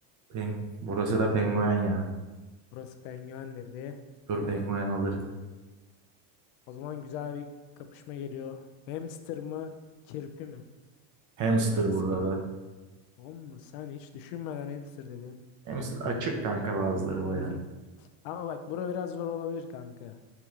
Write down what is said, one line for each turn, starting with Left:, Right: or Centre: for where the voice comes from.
Right: Peng Burası da penguen ya.
Left: Burası penguen dedi.
Right: Dur penguen alır.
Left: O zaman güzel bir kapışma geliyor. Hamster mı kirpi mi?
Right: Hamster
Left: Hangisi
Right: burada
Left: kankam?
Right: da.
Left: Oğlum sen hiç düşünmeden hamster dedin.
Right: Hamster açık kanka bazıları
Left: <laughs>
Right: baya.
Left: Ama bak bura biraz zor olabilir kanka.